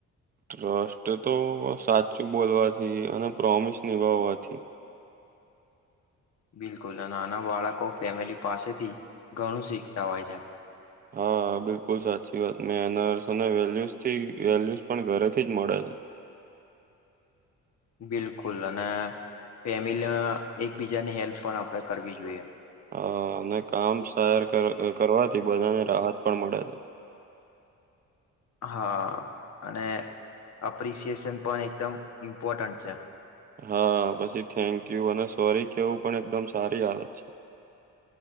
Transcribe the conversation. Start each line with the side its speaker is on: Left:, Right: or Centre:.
Right: ટ્રસ્ટ તો સાચું બોલવાથી અને પ્રોમિસ નિભાવવાથી.
Left: બિલકુલ ને નાના બાળકો ફેમિલી પાસેથી ઘણું શીખતા હોય છે.
Right: હા બિલકુલ સાચી વાત મેનર્સ અને વેલ્યુસ થી વેલ્યુસ પણ ઘરેથી જ મળે છે.
Left: બિલકુલ અને ફેમિલીમાં એકબીજાની હેલ્પ પણ આપણેે કરવી જોઈએ.
Right: હા અને કામ સહેર કર અ કરવાથી બધાને રાહત પણ મળે છે.
Left: હા અને અપ્રિસિયેશન પણ એકદમ ઇમ્પોર્ટન્ટ છે.
Right: હા પછી થેન્ક યુ અને સોરી કેવું પણ એકદમ સારી આદત છે.